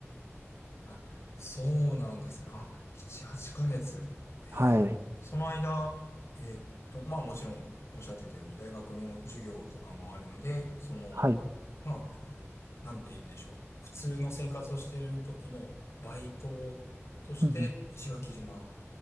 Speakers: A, on the left; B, on the right.
A: あ、そうなんですね。あ、7、8ヶ月。えーその間、
B: はい。
A: えーっと、まあもちろんおっしゃってたように大学の授業とかもあるので、その、
B: はい。
A: まあ、なんて言うんでしょう。普通の生活をしている時のバイトとして石垣島
B: うん